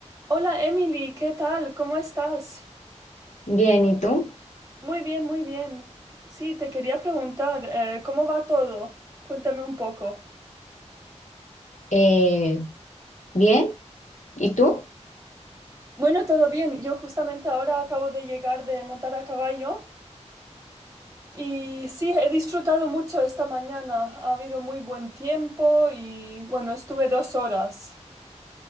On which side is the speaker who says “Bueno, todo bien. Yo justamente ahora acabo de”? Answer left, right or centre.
Right